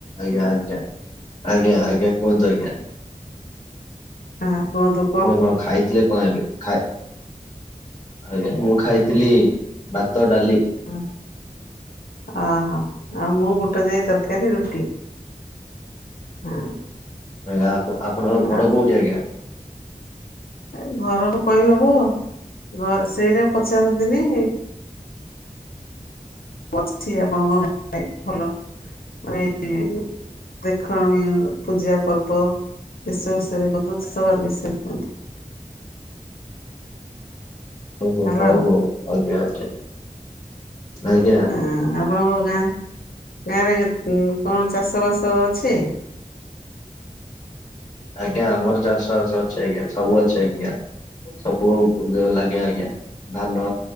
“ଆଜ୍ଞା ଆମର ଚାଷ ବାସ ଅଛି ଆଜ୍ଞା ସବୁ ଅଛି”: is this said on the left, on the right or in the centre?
Left